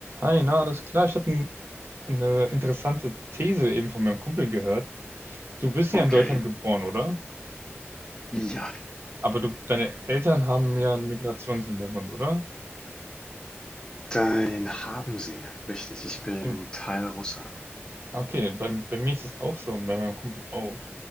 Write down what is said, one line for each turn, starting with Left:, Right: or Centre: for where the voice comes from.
Right: Hi, na, alles klar. Ich hatte eine interessante These eben von meinem Kumpel gehört. Du bist ja
Left: Okay.
Right: in Deutschland geboren, oder?
Left: Ja,
Right: Aber du, deine Eltern haben ja einen Migrationshintergrund, oder?
Left: dann haben sie. Richtig, ich bin
Right: Gen-
Left: Teilrusse.
Right: Ah, Okay, bei, bei mir ist das auch so, und bei meinem Kumpel auch.